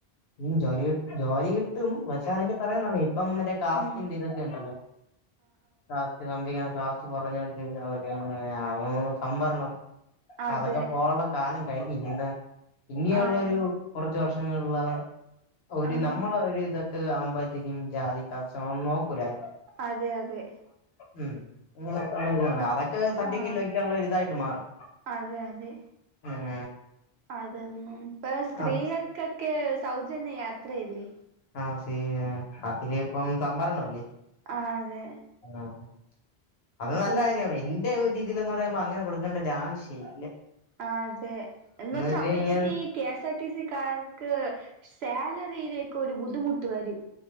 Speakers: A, on the left; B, on the right.
A: ഉം ജോലി ജോലി ട്ടും പഷെ അതിന്റെ പിറകെന്ന്റങ്ങി ഇപ്പം മറ്റെ കാസ്റ്റ്
B: ഉം
A: ഇന്റീരിയൊക്കെണ്ടല്ലോ ആഹ് <unintelligible> കാസ്റ്റ് കുറഞ്ഞവർക്ക് <unintelligible> അത് സംവരണം
B: അതെ
A: അതൊക്കെ പോവാള്ള കാലം കഴിഞ്ഞ് ഇനിന്ന് ഇനിയള്ളൊരു
B: അതെ
A: കുറച്ച് വർഷങ്ങൾല ഒര്
B: ആഹ്
A: നമ്മളെ ഒരു ഇതൊ ക്ക് ആവുമ്പഴത്തേക്കും ജാതി കർഷണൊന്നും നോക്കൂലായ്
B: അതെ അതെ
A: ഉം ഇങ്ങനെ സമ്മയിച്ച് <unintelligible> അവ ക്ക് സർട്ടിക്കിൽ
B: ആഹ്
A: വെക്കാള്ള ഒരിതായിട്ട് മാറും
B: അതെ അതെ
A: ഉം
B: അതൊന്നും ഇപ്പ സ്ത്രീകൾക്കൊക്കെ
A: അത്
B: സൗജന്യ യാത്രയില്ലേ
A: ആഹ് ശ അതില് ഇപ്പം സംഭരണ അല്ലേ
B: ആഹ് അതെ
A: ആഹ് അത്
B: അപ്പൊ
A: നല്ല കാര്യാ എൻ എൻ്റെ ഒരീതില് എന്ന് പറയുമ്പോ അങ്ങനെ കൊടുക്കണ്ട ഒരാവശ്യം ഇല്ല
B: ആഹ് അതെ എന്ന് വെച്ചാ
A: വെച്ച്
B: അപ്പഴത്തേക്ക്
A: കഴിഞ്ഞാൽ
B: ഈ കേസാ ർടി സിക്കാർക്ക് സാലറിയിലേക്ക് ഒരു ബുദ്ധിമുട്ട് വരും